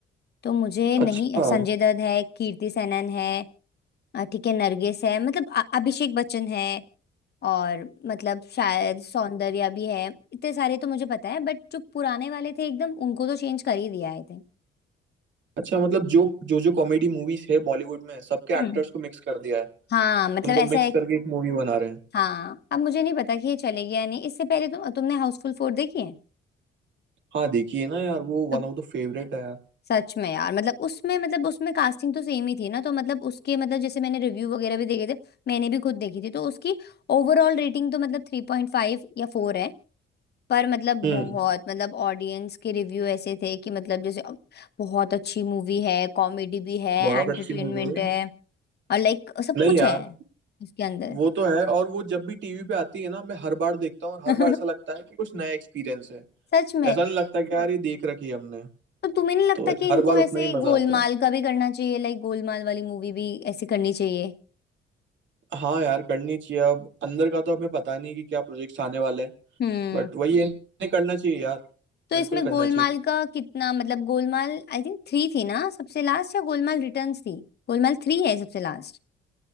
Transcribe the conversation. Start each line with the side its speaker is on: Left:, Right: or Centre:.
Left: तो मुझे नहीं
Right: अच्छा
Left: संजय दत्त है कीर्ति सेनन है अ, ठीक है नरगिस है मतलब अ- अभिषेक बच्चन है और मतलब शायद सौंदर्या भी है इतने सारे तो मुझे पता है बट जो पुराने वाले थे एकदम उनको तो चेंज कर ही दिया आई थिंक
Right: अच्छा मतलब जो जो जो कॉमेडी मूवीज है बॉलीवुड में सबके
Left: हम्म
Right: एक्टर्स को मिक्स कर दिया है
Left: हाँ मतलब
Right: उनको
Left: ऐसा
Right: मिक्स
Left: है कि-
Right: करके एक मूवी बना रहे हैं
Left: हाँ अब मुझे नहीं पता कि ये चलेगी या नहीं इससे पहले तो तुमने हाउसफुल फोर देखी है
Right: हाँ देखिए ना यार वो
Left: तो
Right: वन ऑफ द फेवरेट है यार
Left: सच में यार मतलब उसमें मतलब उसमें कास्टिंग तो सेम ही थी ना तो मतलब उसके मतलब जैसे मैंने रिव्यू वगैरह भी देखे थे मैंने भी खुद देखी थी तो उसकी ओवरऑल रेटिंग तो मतलब थ्री पॉइंट फाइव या फोर है पर मतलब
Right: हम्म
Left: बहुत मतलब ऑडियंस के रिव्यू ऐसे थे कि मतलब जैसे अ, बहुत अच्छी मूवी है कॉमेडी भी है
Right: बहुत
Left: एंटरटेनमेंट
Right: अच्छी मूवी है
Left: है और लाइक सब
Right: नहीं
Left: कुछ
Right: यार
Left: है इसके अंदर
Right: वो तो है और वो जब भी टीवी पे आती है ना मैं हर बार देखता हूँ और
Left: <laughs>
Right: हर बार ऐसा लगता है कि कुछ नया एक्सपीरियंस है
Left: सच में
Right: ऐसा नहीं लगता कि यार ये देख रखी है हमने
Left: तो तुम्हें नहीं लगता
Right: तो
Left: कि इनको
Right: हर बार
Left: ऐसे
Right: उतना ही मजा
Left: गोलमाल
Right: आता है
Left: का भी करना चाहिए लाइक गोलमाल वाली मूवी भी ऐसी करनी चाहिए
Right: हाँ यार करनी चाहिए अब अंदर का तो हमें पता नहीं कि क्या प्रोजेक्ट्स आने वाले हैं
Left: हम्म
Right: बट वही है, इन्हें करना चाहिए यार
Left: तो
Right: बिल्कुल
Left: इसमें
Right: करना
Left: गोलमाल
Right: चाहिए
Left: का कितना मतलब गोलमाल आई थिंक थ्री थी ना सबसे लास्ट या गोलमाल रिटर्न्स थी गोलमाल थ्री है सबसे लास्ट